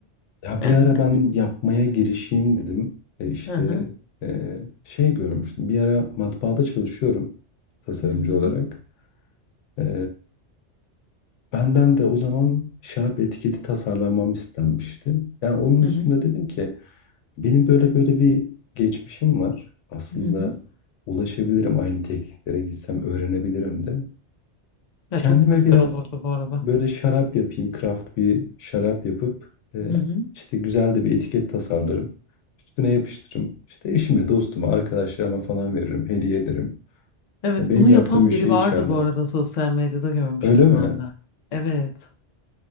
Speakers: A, on the left; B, on the left.
A: Ya
B: <laughs>
A: bir ara ben yapmaya girişeyim dedim. E işte
B: Hı hı.
A: e, şey görmüştüm. Bir ara matbaada çalışıyorum tasarımcı
B: Hı hı.
A: olarak. E, Benden de o zaman şarap etiketi tasarlamam istenmişti. Yani onun üstünde
B: Hı hı.
A: dedim ki benim böyle böyle bir geçmişim var. Aslında
B: Hı hı.
A: ulaşabilirim aynı tekniklere gitsem öğrenebilirim de.
B: Ya
A: Kendime
B: çok güzel
A: biraz
B: olurdu bu arada.
A: böyle şarap yapayım. Craft bir şarap yapıp e,
B: Hı hı.
A: işte güzel de bir etiket tasarlarım. Üstüne yapıştırırım. İşte eşime, dostuma, arkadaşlarıma falan veririm. Hediye ederim.
B: Evet,
A: Yani Benim
B: bunu
A: yaptığım
B: yapan
A: bir
B: biri
A: şey
B: vardı
A: içerler.
B: bu arada sosyal medyada görmüştüm
A: Öyle mi?
B: ben de. Evet.